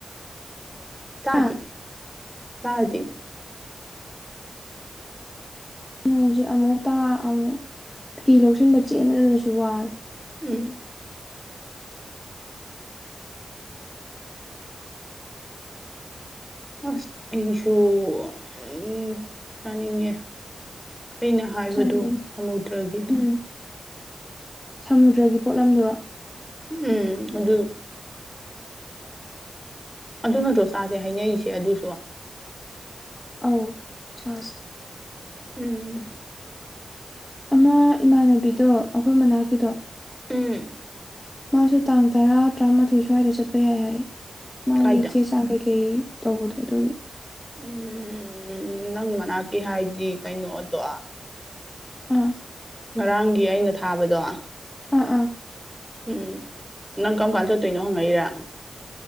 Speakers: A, in the centre; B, on the left.
A: ꯇꯥꯗꯦ
B: ꯍꯥ
A: ꯇꯥꯗꯦ
B: ꯅꯣꯡꯁꯦ ꯑꯃꯨꯛ ꯇꯥ ꯑꯃꯨꯛ ꯐꯤ ꯂꯧꯁꯤꯟꯕ ꯆꯦꯟꯕꯗꯁꯨ ꯋꯥꯔꯦ
A: ꯎꯝ ꯑꯁ ꯑꯩꯁꯨ ꯎꯝ ꯆꯥꯅꯤꯡꯉꯦ ꯑꯩꯅ ꯍꯥꯏꯕꯗꯨꯣ
B: ꯆꯥꯅꯤꯡꯉꯤ
A: ꯁꯃꯨꯗ꯭ꯔꯒꯤꯗꯣ
B: ꯎꯝ ꯁꯃꯨꯗ꯭ꯔꯒꯤ ꯄꯣꯠꯂꯝꯗꯨꯔꯣ
A: ꯎꯝ ꯑꯗꯨ ꯑꯗꯨ ꯅꯠꯇ꯭ꯔꯣ ꯆꯁꯦ ꯍꯥꯏꯅꯔꯤꯁꯦ ꯑꯗꯨꯁꯨ
B: ꯑꯧ ꯆꯥꯁꯦ
A: ꯎꯝ
B: ꯑꯃ ꯏꯃꯥꯟꯅꯕꯤꯗꯣ ꯑꯩꯈꯣꯏ ꯃꯅꯥꯛꯀꯤꯗꯣ
A: ꯎꯝ
B: ꯃꯥꯁꯨ ꯇꯥꯡ ꯇꯔꯥ ꯇꯔꯥꯃꯥꯊꯣꯏ ꯁ꯭ꯋꯥꯏꯗ ꯆꯠꯄ ꯌꯥꯏ ꯍꯥꯏ ꯃꯥꯒꯤ
A: ꯀꯥꯏꯗ
B: ꯆꯦ ꯆꯥꯡ ꯀꯩꯀꯩ ꯇꯧꯕꯗꯣ ꯑꯗꯨꯒꯤ
A: ꯎꯝ ꯎꯝ ꯎꯝ ꯎꯝ ꯅꯪ ꯃꯅꯥꯛꯀꯤ ꯍꯥꯏꯗꯤ ꯀꯩꯅꯣ ꯑꯗꯣ
B: ꯑꯥ
A: ꯉꯔꯥꯡꯒꯤ ꯑꯩꯅ ꯊꯥꯕꯗꯣ
B: ꯑꯥ ꯑꯥ
A: ꯎꯝ ꯅꯪ ꯀꯔꯝ ꯀꯥꯟ ꯆꯠꯇꯣꯏꯅꯣ ꯍꯪꯉꯛꯏꯔꯥ